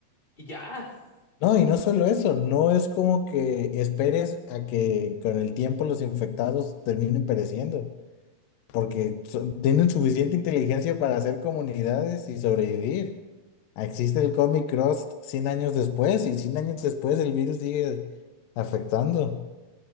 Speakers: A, on the left; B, on the left.
A: y ya. <laughs>
B: No, y no solo eso, no es como que esperes a que con el tiempo los infectados terminen pereciendo, porque so- tienen suficiente inteligencia para hacer comunidades y sobrevivir. Existe el Comic Cross 100 años después y 100 años después el virus sigue afectando.